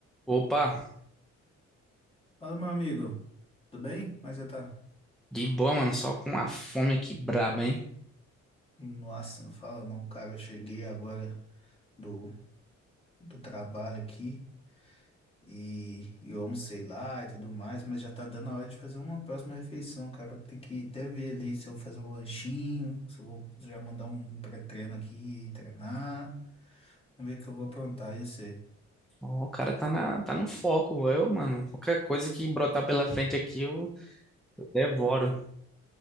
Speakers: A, in the centre; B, on the left (about 20°).
A: Opa,
B: Fala, meu amigo, tudo bem? Como é que você tá?
A: de boa, mano. Só com a fome aqui braba, hein?
B: Nossa, não fala não, cara. Eu cheguei agora do, do trabalho aqui e e eu almocei lá e tudo mais, mas já tá dando a hora de fazer uma próxima refeição, cara. Tem que até ver ali se eu vou fazer um lanchinho, se eu vou já mandar um pré-treino aqui e treinar. Vamos ver o que eu vou aprontar, eu sei.
A: Ó, o cara tá, na, tá no foco. Eu, mano, qualquer coisa que brotar pela frente aqui, eu devoro.